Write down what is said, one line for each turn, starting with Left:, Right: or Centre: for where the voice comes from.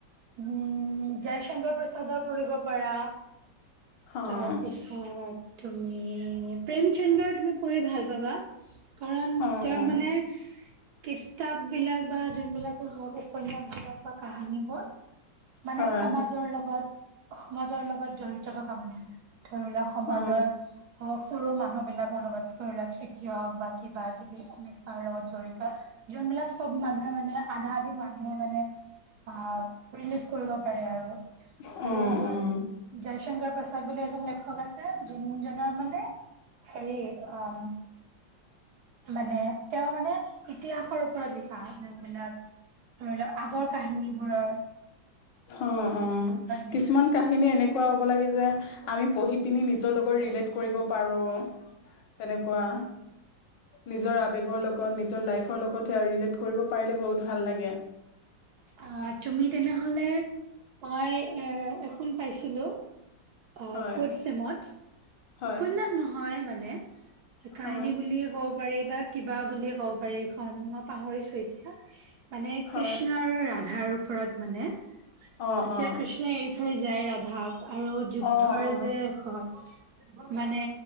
Right: উম' জয় শংকৰ প্ৰসাদৰ পৰিব পাৰা,
Left: অ
Right: তাৰ পিছত আ তুমি, প্ৰেম চন্দ্ৰ তুমি পঢ়ি ভাল পাবা। কাৰণ
Left: অ',
Right: তেওঁ
Left: অ',
Right: মানে কিতাপ বিলাক বা যোনবিলাকে হওঁক, উপন্যাস বিলাক বা কাহানীবোৰ মানে
Left: হয়,
Right: সমাজৰ লগত, সমাজৰ লগত জড়িত থকা মানে, ধৰি লওক সমাজৰ
Left: অ',
Right: হওঁক সৰু মানুহ বিলাকৰ লগত, ধৰি লওক খেতিয়ক বা কিবা-কিবি এনেকুৱাৰ লগত জড়িত যোনবিলাক চব মানুহে মানে আধা-আধি মানুহে মানে আহ ৰিলিজ কৰিব পাৰে আৰু,
Left: অ',
Right: আৰু
Left: অ',
Right: জয় শংকৰ প্ৰসাদ বুলি এজন লেখক আছে। সেই যোনজনৰ মানে হেৰি অ' মানে তেওঁ মানে ইতিহাসৰ ওপৰত লিখা যোনবিলাক ধৰি লওক আগৰ কাহিনী বোৰৰ
Left: অ' অ'
Right: লিখা
Left: কিছুমান কাহিনী এনেক এনেকোৱা হ'ব লাগে যে, আমি পঢ়ি পিনি নিজৰ লগত ৰিলেট কৰিব পাৰোঁ। অ' তেনেকুৱা, নিজৰ আবেগৰ লগত, নিজৰ লাইফৰ লগত। যেতিয়া ৰিলেট কৰিব পাৰিলে, বহুত ভাল লাগে।
Right: অ' তুমি তেনেহ'লে মই এ এখন পাইছিলোঁ। অ'
Left: হয়,
Right: ফৰ্থ চেমত,
Left: হয়,
Right: উপন্যাস নহয় মানে। কাহিনী
Left: হয়,
Right: বুলিয়ে ক'ব পাৰি বা কিবা বুলিয়ে ক'ব পাৰি এইখন, মই পাহৰিছোঁ এতিয়া। মানে
Left: হয়,
Right: কৃষ্ণ আৰু ৰাধাৰ ওপৰত মানে
Left: অ', অ',
Right: যেতিয়া কৃষ্ণই এৰি থৈ যায় ৰাধাক আৰু যুদ্ধৰ
Left: অ', অ'।
Right: যে হয়, মানে